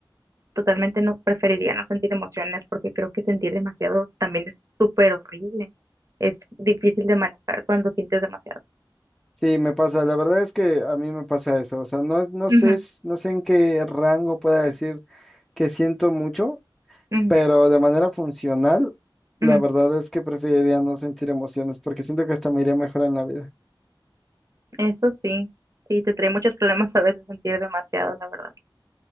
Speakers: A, on the right; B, in the centre.
A: totalmente no preferiría no sentir emociones porque creo que sentir demasiado también es súper horrible. Es difícil de manejar cuando sientes demasiado.
B: Sí, me pasa, la verdad es que a mí me pasa eso, o sea, no, es- no
A: Ujú,
B: sé, s- no sé en qué rango pueda decir que siento mucho,
A: ujú,
B: pero de manera funcional, la
A: ujú.
B: verdad es que preferiría no sentir emociones porque siento que hasta me iría mejor en la vida.
A: Eso sí, sí, te trae muchos problemas a veces sentir demasiado, la verdad.